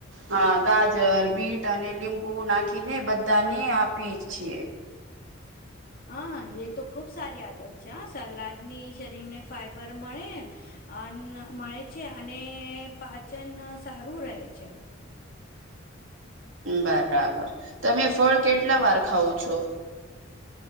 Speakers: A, on the right (about 70°); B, on the left (about 45°).
A: હા ગાજર બીટ અને લીંબુ નાખીને બધાને આપી છીએ
B: હ એ તો ખૂબ સારી આદત છે આ સલાડની શરીરને ફાઈબર મળે અન મળે છે અને પાચન સારું રહે છે
A: બરાબર તમે ફળ કેટલા
B: હમ
A: વાર ખાવ છો